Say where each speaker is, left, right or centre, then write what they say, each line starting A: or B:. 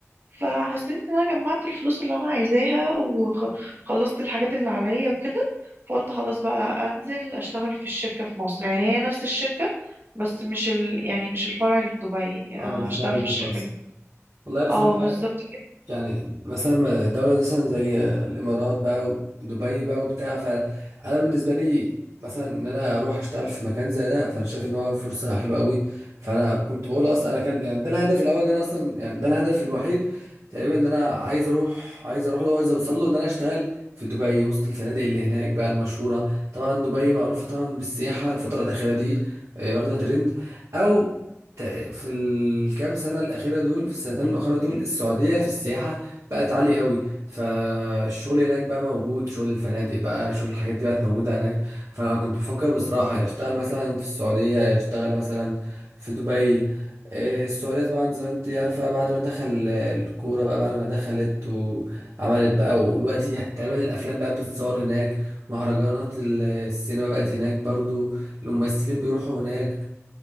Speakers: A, on the right; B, on the right.
A: فحسيت ان انا جمعت الفلوس اللي انا عايزاها وخلصت الحاجات اللي عليا وكده فقلت خلاص بقى انزل اشتغل في الشركة في مصر يعني هي نفس الشركة بس مش ال... يعني مش الفرع اللي في دبي يعني
B: اه
A: انا
B: الفراعنة
A: هشتغل في
B: اللي
A: الشركة
B: في مصر
A: اللي...
B: والله بصراحه
A: اه بالظبط كده
B: يعني مثلا دولة مثلا زي الإمارات بقى ودبي بقى وبتاع فأنا بالنسبة لي مثلا إن أنا أروح أشتغل في مكان زي ده فأنا شايف إن هو فرصة حلوة قوي فأنا كنت بقول أصلا أنا كان يعني ده الهدف الأول إن أنا أصلا يعني ده الهدف الوحيد تقريبا إن أنا عايز أروح عايز أروح له وعايز أوصل له إن أنا أشتغل في دبي وسط الفنادق اللي هناك بقى المشهورة طبعا دبي معروفة طبعا بالسياحة الفترة الأخيرة دي آه، واخدة ترند أو ت- في الكام سنة الأخيرة دول في السنتين الأخيرة دول السعودية في السياحة بقت عالية قوي فالشغل هناك بقى موجود شغل الفنادق بقى شغل الحاجات دي بقت موجودة هناك فأنا كنت بفكر بصراحة يا أشتغل مثلا في السعودية يا أشتغل مثلا في دبي إيه، السعودية طبعا زي ما انت عارفة بعد ما دخل الكورة بقى بعد ما دخلت وعملت بقى ودلوقتي تقريبا الأفلام بقى بتتصور هناك مهرجانات السينما بقت هناك برضو الممثلين بيروحوا هناك